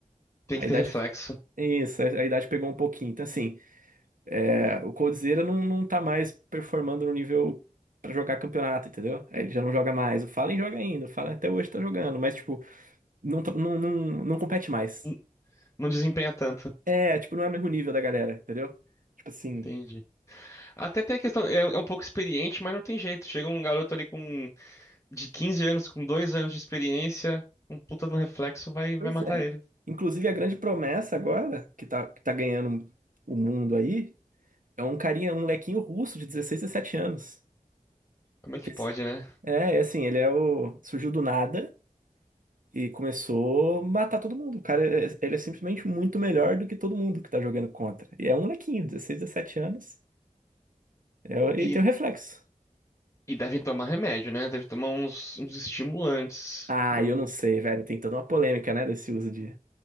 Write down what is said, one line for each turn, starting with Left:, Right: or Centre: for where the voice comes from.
Left: Tem
Right: a
Left: que ter
Right: idade,
Left: reflexo.
Right: isso, a, a idade pegou um pouquinho. Então, assim, É, o Coldzera não, não tá mais performando no nível pra jogar campeonato, entendeu? Aí Ele já não joga mais. O Fallen joga ainda, o Fallen até hoje tá jogando, mas, tipo, não, tá- não, não, não compete mais.
Left: N- Não desempenha tanto.
Right: É, tipo, não é o mesmo nível da galera, entendeu? Tipo assim,
Left: Entendi. Até tem a questão, é, é um pouco experiente, mas não tem jeito. Chega um garoto ali com de 15 anos, com dois anos de experiência, um puta de um reflexo vai, vai
Right: pois
Left: matar
Right: é.
Left: ele.
Right: Inclusive, a grande promessa agora, que tá, que tá ganhando o mundo aí, é um carinha, um molequinho russo de 16, 17 anos.
Left: Como é que
Right: Que
Left: pode,
Right: esse-
Left: né?
Right: É, é assim, ele é o. Surgiu do nada. e começou a matar todo mundo. O cara, é- ele é simplesmente muito melhor do que todo mundo que tá jogando contra. E é um molequinho, 16, 17 anos, é,
Left: E,
Right: e tem o reflexo.
Left: e devem tomar remédio, né? Deve tomar uns, uns estimulantes.
Right: Ah,
Left: Eu,
Right: eu não sei, velho, tem toda uma polêmica, né, desse uso de,